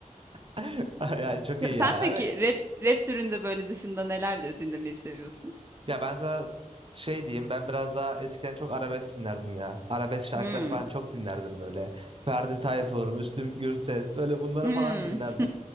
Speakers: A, on the right; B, on the right.
A: <laughs> Yani çok iyi ya.
B: Sen peki
A: Evet
B: rap, rap türünde böyle dışında neler de dinlemeyi seviyorsun?
A: Ya ben sana şey diyeyim ben biraz daha eskiden çok arabesk dinlerdim ya. Arabesk şarkıları
B: Hmm.
A: falan çok dinlerdim böyle. Ferdi Tayfur, Müslüm Gürses böyle bunları
B: Hmm.
A: falan dinlerdim.
B: <laughs>